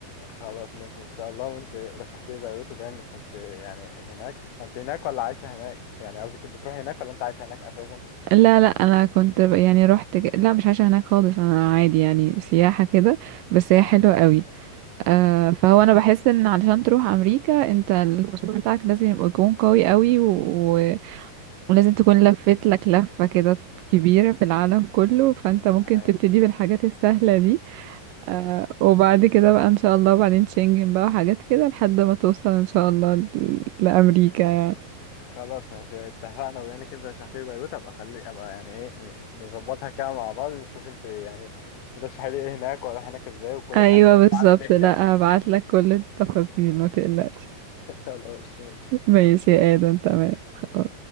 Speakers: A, on the left; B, on the right.
A: خلاص ماشي ان شاء الله وانت رشحت لي بيروت وباين انك كنت يعني هناك كنت هناك ولا عايشه هناك يعني قصدي كنت بتروح هناك ولا انت عايشه هناك اساسا
B: لا لا انا كنت ب- يعني رحت ك- لا مش عايشة هناك خالص انا عادي يعني سياحة كده بس هي
A: آه.
B: حلوة قوي آه فهو انا بحس ان علشان تروح امريكا انت الباسبور بتاعك لازم يبقى يكون قوي قوي و... و... ولازم تكون لفت لك لفة كده كبيرة في العالم كله فانت ممكن
A: آه. يعني
B: تبتدي بالحاجات السهلة دي آه وبعد كده بقى ان شاء الله وبعدين شنجن بقى وحاجات كده لحد ما توصل ان شاء الله ل- لامريكا يعني
A: خلاص ماشي اتفقنا بما انك انت رشحت لي بيروت ابقى خلي ابقى يعني ايه ن- نظبطها كده مع بعض نشوف انت يعني ترشحي لي ايه هناك واروح هناك ازاي وكل
B: ايوه
A: حاجه بقى
B: بالظبط
A: <laughs> ليه
B: لا
A: هناك
B: هبعت لك كل التفاصيل ما تقلقش
A: خلاص ماشي
B: ماشي يا ادم تمام خلاص